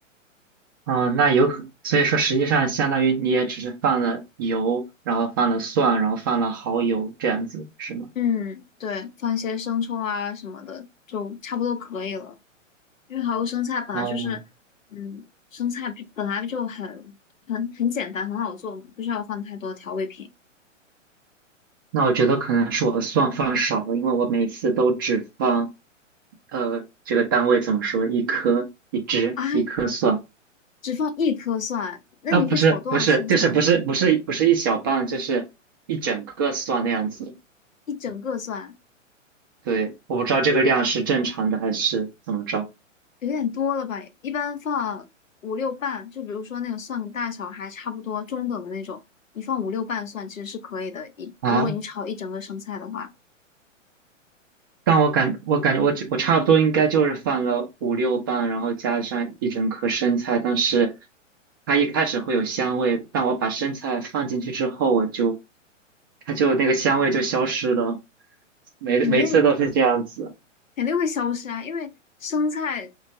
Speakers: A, on the right; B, on the left.
A: 啊、那有可所以说实际上相当于你也只是放了油，然后放了蒜，然后放了蚝油这样子，是吗？
B: 嗯，对，放一些生抽啊什么的，就差不多可以了。因为蚝油生菜本来就是，
A: 哦，
B: 嗯，生菜比本来就很很很简单，很好做嘛，不需要放太多调味品
A: 那我觉得可能是我蒜放少了，因为我每次都只放，呃，这个单位怎么说，一颗一只一颗蒜。
B: 啊。只放一颗蒜，那你会炒多少生菜？
A: 啊，不是不是，就是不是不是不是一小半，就是一整个蒜那样子。
B: 一整个蒜
A: 对，我不知道这个量是正常的还是怎么着
B: 有点多了吧？一般放五六瓣，就比如说那个蒜大小还差不多中等的那种，你放五六瓣蒜其实是可以的。一如果你炒一整个生菜的话。
A: 啊？但我感我感觉我只我差不多应该就是放了五六瓣，然后加上一整颗生菜，但是它一开始会有香味，但我把生菜放进去之后，我就它就那个香味就消失了，每每次都是这样子。
B: 肯定肯定会消失啊，因为生菜